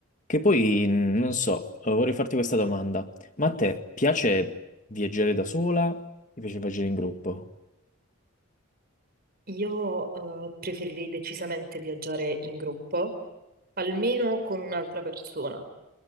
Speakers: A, on the left (about 35°); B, on the right (about 45°).
A: Che poi, mh, non so, eh, vorrei farti questa domanda. Ma a te piace viaggiare da sola? Ti piace viaggiare in gruppo?
B: Io eh, preferirei decisamente viaggiare in gruppo, almeno con un'altra persona.